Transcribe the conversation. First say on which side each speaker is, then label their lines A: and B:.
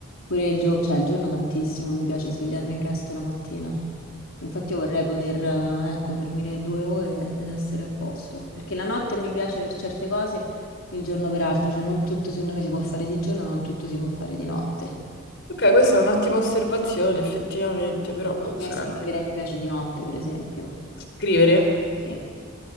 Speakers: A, on the left (about 85°); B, on the left (about 60°).
A: pure il giorno, cioè il giorno tantissimo, mi piace svegliarmi presto la mattina. Infatti io vorrei poter, eh, ecco, dormire due ore ed essere a posto, perché la notte mi piace per certe cose, il giorno per altre, cioè non tutto secondo me si può fare di giorno, non tutto si può fare di notte.
B: Ok, questa è un'ottima osservazione, effettivamente, però boh,
A: A me
B: sarà
A: scrivere
B: che
A: mi piace di notte, per esempio,
B: scrivere.
A: sì,